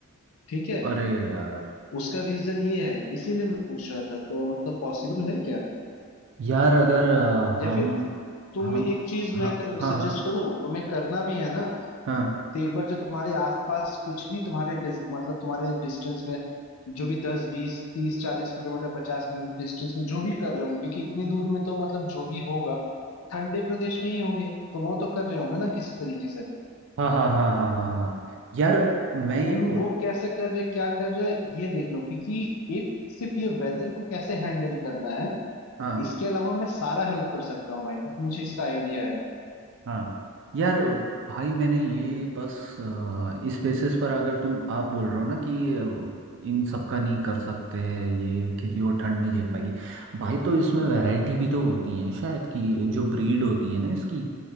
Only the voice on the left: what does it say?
ठीक है
उसका रीजन ये है इसीलिए मैं पूछ रहा था तो मतलब पॉसिबल है क्या
या
फिर तुम
एक चीज
मैं कर,
सजेस्ट
करूं तुम्हें करना भी है ना
तो एक बार जो तुम्हारे आसपास कुछ भी तुम्हारे डिस- मतलब तुम्हारे डिस्टेंस में जो भी दस बीस तीस चालीस किलोमीटर पचास किलोमीटर डिस्टेंस में जो भी कर रहे होंगे क्योंकि इतनी दूर में तो मतलब जो भी होगा ठंडे प्रदेश में ही होंगे तो वो तो कर रहे होंगे ना किसी तरीके से
तो
उन
वो कैसे कर रहे क्या कर रहे ये देख लो क्योंकि एक सिर्फ ये वेदर को कैसे हैंडल करना है
इसके अलावा मैं सारा हेल्प कर सकता हूँ भाई क्योंकि मुझे इसका आइडिया है